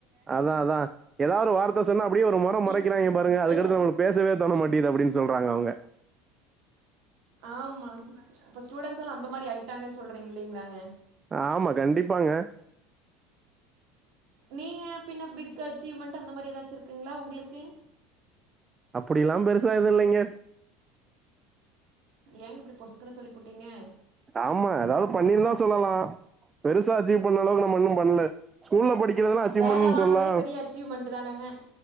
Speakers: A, on the right (about 25°); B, on the right (about 65°).
A: அதா அதா எதாவது ஒரு வார்த்த சொன்னா அப்டே ஒரு மொற
B: இல்லை
A: மொறைக்கிறாய்ங்க பாருங்க அதுக்கடுத்து
B: இல்லை
A: நம்மளுக்கு பேசவே தோண மாட்டிது அப்டின்னு சொல்றாங்க அவுங்க
B: ஆமா இப்போ ஸ்டூடெண்ட்ஸ் எல்லா அந்த மாரி ஆய்ட்டாங்கன்னு சொல்றீங்க இல்லைங்களாங்க
A: ஆமா கண்டிப்பாங்க
B: நீங்க பின்ன பிக் அச்சீவ்மெண்ட் அந்த மாதிரி எதாச்சிருக்குங்களா உங்களுக்கு
A: அப்டில்லா பெருசா எது இல்லைங்க
B: ஏங்க இப்டி பொசுக்குன்னு சொல்லி புட்டீங்க
A: ஆமா எதாவது பண்ணிருந்தா சொல்லலா பெருசா அச்சீவ் பண்ண அளவுக்கு நம்ம இன்னு பண்ல ஸ்கூல்ல படிக்கிறதெல்லா அச்சீவ்மண்
B: வேல வாங்குனதே
A: சொல்லா
B: பெரிய அச்சீவ்மெண்ட் தானங்க